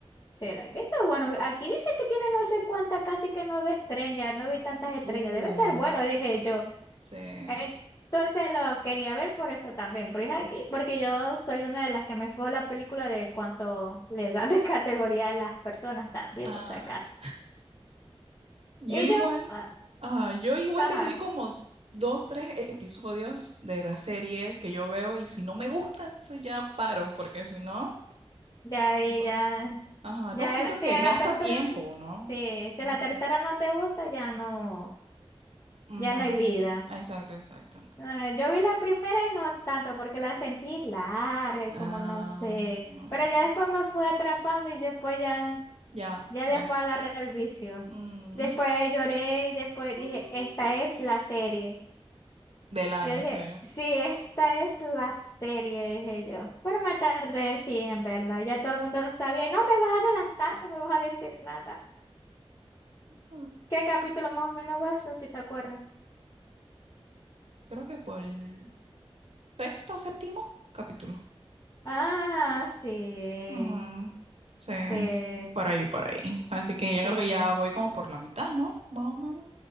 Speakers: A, on the left; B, on the right.
A: ¿será que está bueno? Aquí dice que tiene no sé cuántas, casi que nueve estrellas, no
B: Mm.
A: vi tantas estrellas,
B: Uh,
A: debe ser bueno, dije yo.
B: sí.
A: Entonces lo quería ver por eso también, porque, aquí, porque yo soy una de las que me fue la película de cuánto le dan de categoría a las personas también,
B: Ah,
A: por si acaso.
B: yo
A: Y
B: igual,
A: yo, ah,
B: ah, yo igual
A: ajá,
B: le doy como dos, tres e- episodios de las series que yo veo y si no me gusta, entonces ya paro, porque si no,
A: ya, ahí,
B: no puedo.
A: ya.
B: ajá,
A: Ya
B: como siento
A: el- si
B: que
A: en
B: gasta
A: la tercera,
B: tiempo,
A: no-
B: ¿no?
A: sí, si
B: Ujú,
A: en la tercera no te gusta, ya no,
B: ujú.
A: ya no hay vida.
B: Exacto, exacto.
A: Eh, yo vi la primera y no tanto, porque la sentí larga y
B: Ah,
A: como no sé.
B: mm,
A: Pero ya después me fui atrapando y después ya,
B: ya,
A: ya
B: ya.
A: después agarré el vicio.
B: Mm,
A: Después
B: <laughs>
A: lloré y después
B: mm,
A: dije, esta es
B: sí.
A: la serie.
B: Del año,
A: Yo dije,
B: sí.
A: sí, esta es la serie, dije yo. Pero me tardé sí en verla. Ya todo el mundo sabía, y no me vas a adelantar, no me vas a decir nada.
B: Mm,
A: ¿Qué capítulo más o menos va eso, si te acuerdas?
B: Creo que por el sexto o séptimo capítulo.
A: Ah, sí,
B: Mm, sí,
A: sí,
B: por ahí, por ahí. Así
A: sí,
B: que ya creo que ya voy como por la mitad, ¿no? Más o menos.